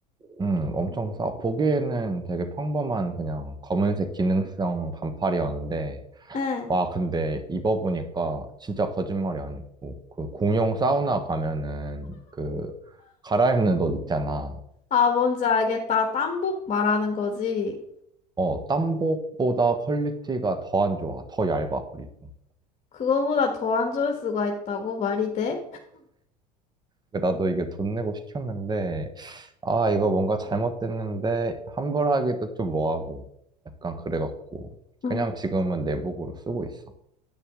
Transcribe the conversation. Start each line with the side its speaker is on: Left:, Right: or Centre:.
Right: 음, 엄청 싸. 보기에는 되게 평범한 그냥 검은색 기능성 반팔이었는데,
Left: 응.
Right: 와, 근데 입어보니까 진짜 거짓말이 아니고, 그 공용 사우나 가면은 그 갈아입는 옷 있잖아.
Left: 아, 뭔지 알겠다. 땀복 말하는 거지.
Right: 어, 땀복보다 퀄리티가 더 안 좋아. 더 얇아, 그리고.
Left: 그거보다 더 안 좋을 수가 있다고 말이 돼?
Right: 그러니까 나도 이게 돈 내고 시켰는데, 아, 이거 뭔가 잘못됐는데, 환불하기도 좀 뭐하고, 약간 그래갖고, 그냥
Left: 음.
Right: 지금은 내복으로 쓰고 있어.